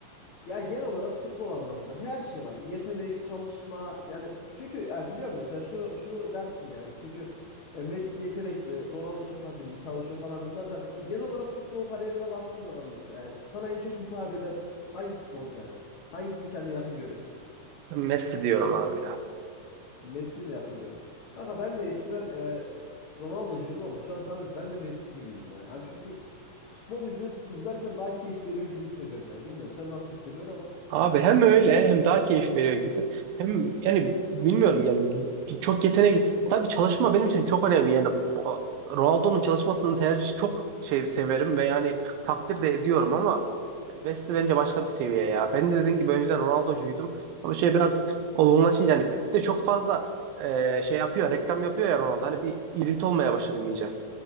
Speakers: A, on the left; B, on the right.
A: Ya genel olarak futbol anlamında her şey var. Yetenek, çalışma yani çünkü ya biliyorum mesela şunu şunu dersin yani. Çünkü e, Messi yetenekli, Ronaldo çok azimli, çalışıyor falan bunlar dersin. Ama Genel olarak futbol kariyerine baktığın zaman mesela yani sana en çok hitap eden hangi futbolcu yani? Hangisini kendine yakın görüyorsun?
B: Ben Messi diyorum abi ya.
A: Messi mi yakın görüyorsun? Kanka ben de eskiden e, Ronaldo'cuydum ama şu an sana ben de Messi'ci gibiyim ya. Yani çünkü futbolu izle- izlerken daha keyif veriyor gibi hissediyorum yani. Bilmiyorum sen nasıl hissediyorsun ama
B: Abi hem öyle hem daha keyif veriyor gibi. Hem yani bilmiyorum yani çok yetenek tabii çalışma benim için çok önemli yani bu- Ronaldo'nun çalışmasını tercih çok şey severim ve yani takdir de ediyorum ama Messi bence başka bir seviye ya. Ben de dediğim gibi önceden Ronaldo'cuydum ama şey biraz olgunlaşınca hani bir de çok fazla e, şey yapıyor reklam yapıyor ya Ronaldo hani bir irit olmaya başladım iyice.